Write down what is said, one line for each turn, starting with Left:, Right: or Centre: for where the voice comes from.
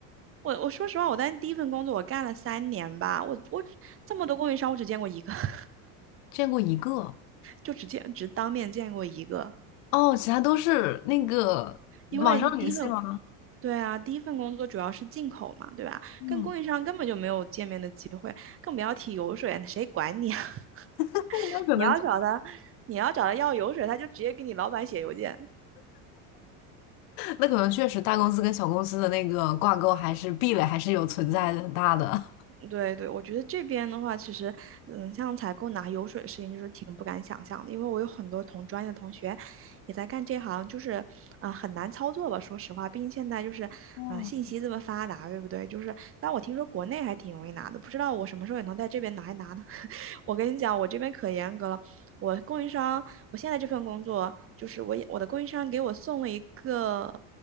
Right: 我我说实话，我在第一份工作我干了三年吧，我我只这么多供应商，我只见过一个，<laughs>
Left: 见过一个
Right: 就只见只当面见过一个，
Left: 哦，其他都是那个网上联系吗？
Right: 因为第一份对啊，第一份工作主要是进口嘛，对吧？
Left: 嗯，
Right: 跟供应商根本就没有见面的机会，更不要提油水，谁管你啊？<laughs>
Left: 那那可能就
Right: 你要找他，你要找他要油水，他就直接给你老板写邮件。
Left: 那可能确实大公司跟小公司的那个挂钩还是壁垒还是有存在的很大的。
Right: 对对，我觉得这边的话，其实，嗯，像采购拿油水的事情，就是挺不敢想象的，因为我有很多同专业的同学也在干这行，就是，啊、很难操作吧？说实话，毕竟现在就是，
Left: <laughs> 哦，
Right: 啊、信息这么发达，对不对？就是，但我听说国内还挺容易拿的，不知道我什么时候也能在这边拿一拿呢？<laughs> 我跟你讲，我这边可严格了，我供应商，我现在这份工作，就是我也我的供应商给我送了一个。